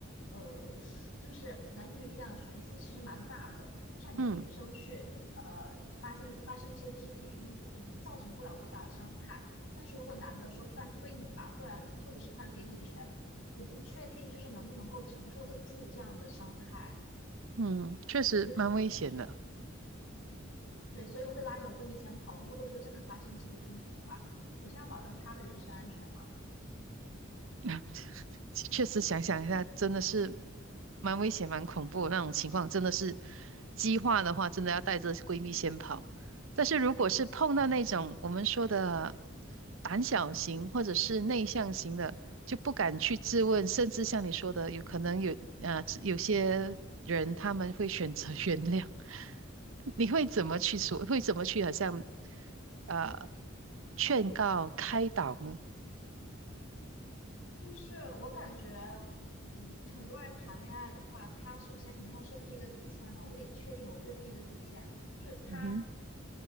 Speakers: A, on the left; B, on the right.
A: 呃，是就是男女力量悬殊其实蛮大的。就像你女生去，
B: 嗯
A: 呃，发现发生一些肢体冲突，可能造成不了多大的伤害。但是如果男的说突然推你一把，忽然或者是突然给你一拳，我不确定就是能不能够承受得住这样的伤害。
B: 嗯，确实蛮危险的。
A: 所以就是对，所以我会拉着我闺蜜先跑。如果说真的发生肢体冲突的话，首先要保证她的人身安全嘛。
B: <laughs> 确实想想一下，真的是蛮危险、蛮恐怖的那种情况，真的是激化的话，真的要带着闺蜜先跑。但是如果是碰到那种我们说的胆小型或者是内向型的，就不敢去质问，甚至像你说的，有可能有啊、有些人他们会选择 <laughs> 原谅。你会怎么去说？会怎么去好像啊，劝告、开导呢？
A: 就是我感觉，嗯，很多人谈恋爱的话，他首先肯定要设置一个底线嘛。我得确定我闺蜜的底线，就是她
B: 嗯哼，